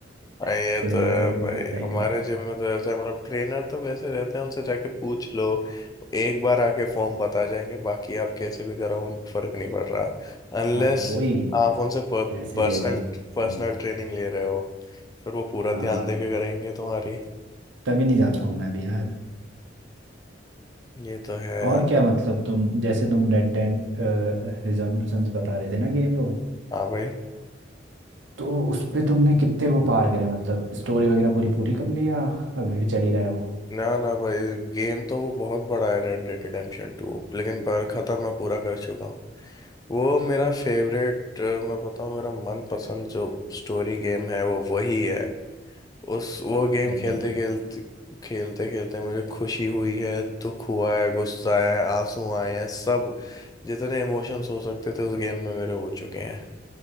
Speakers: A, on the left; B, on the right.
A: हाँ, ये
B: इससे बढ़िया
A: तो है
B: तो फिर वो
A: भाई
B: जाता ही
A: हमारे
B: नहीं
A: जिम में तो ऐसा है मतलब ट्रेनर तो वैसे रहते हैं उनसे जाके पूछ लो एक बार आके फॉर्म बता जाएंगे बाकी आप कैसे भी कराओ उनको फर्क नहीं पड़ रहा अनलेस
B: हाँ वही
A: आप उनसे पर्सनल
B: पैसे दे दो
A: पर्सनल
B: हम्म,
A: ट्रेनिंग ले रहे हो फिर वो पूरा
B: हाँ
A: ध्यान दे के करेंगे तुम्हारी
B: तभी नहीं जाता हूँ मैं भी यार
A: ये तो है यार
B: और क्या मतलब तुम जैसे तुम रेड डेड रिडेम्पशन बता रहे थे ना गेम वो
A: हाँ भाई
B: तो उस पे तुमने कितने वो पार करे मतलब स्टोरी वगैरह पूरी पूरी कर ली या अभी भी चल ही रहा है वो
A: ना ना भाई गेम तो वो बहुत बड़ा है रेड डेड रिडेम्पशन 2 लेकिन पर खत्म मैं पूरा कर चुका हूँ वो मेरा फेवरेट मैं बताऊँ मेरा मनपसंद जो स्टोरी गेम है वो वही है उस वो गेम
B: रेड
A: खेलते
B: डेड
A: खेलते खेलते खेलते मुझे खुशी हुई है दुख हुआ है गुस्सा आया है आंसू आए हैं सब जितने इमोशंस हो सकते थे उस गेम में मेरे हो चुके हैं